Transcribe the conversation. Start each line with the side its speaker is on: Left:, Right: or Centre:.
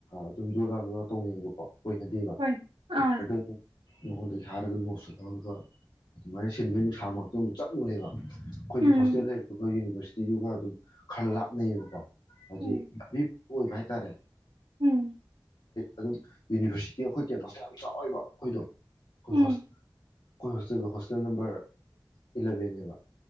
Left: ꯑꯗꯨꯝ ꯗꯖꯣꯗꯥ ꯗꯗꯥ ꯇꯧꯅꯩꯌꯦꯕꯀꯣ ꯑꯣꯏꯅꯅꯗꯦꯕ
Right: ꯍꯣꯏ ꯑꯥ
Left: ꯑꯗꯨ ꯃꯉꯣꯟꯗꯒꯤ ꯍꯥꯏꯔꯒ ꯅꯣꯁꯇ ꯂꯧꯔꯒ ꯑꯗꯨꯃꯥꯏꯅ ꯁꯤꯟꯕꯩ ꯅꯨꯡꯁꯥ ꯃꯔꯛꯇꯤ ꯑꯃꯨꯛ ꯆꯠꯂꯨꯔꯦꯕ ꯑꯩꯈꯣꯏꯗꯤ
Right: ꯎꯝ
Left: ꯍꯣ ꯆꯦ ꯌꯨꯅꯤꯔ ꯁꯤꯗꯨꯒ ꯑꯗꯨꯝ ꯈꯔ ꯂꯥꯞꯅꯩꯌꯦꯕꯀꯣ ꯍꯥꯏꯗꯤ
Right: ꯎꯝ
Left: ꯒꯥꯔꯤ ꯑꯣꯏꯕ ꯍꯥꯏꯇꯥꯔꯦ
Right: ꯎꯝ
Left: ꯑꯗꯨꯝ ꯌꯨꯅꯤꯚꯔꯁꯤꯇꯤ ꯑꯩꯈꯣꯏ ꯀꯦꯝꯄꯁꯇ ꯌꯥꯝ ꯆꯥꯎꯋꯦꯕ ꯑꯩꯈꯣꯏꯗꯣ ꯑꯩꯈꯣꯏ
Right: ꯎꯝ
Left: ꯍꯁ ꯑꯩꯈꯣꯏ ꯍꯣꯁꯇꯦꯜ ꯍꯣꯁꯇꯦꯜ ꯅꯝꯕꯔ ꯏꯂꯚꯦꯟꯅꯦꯕ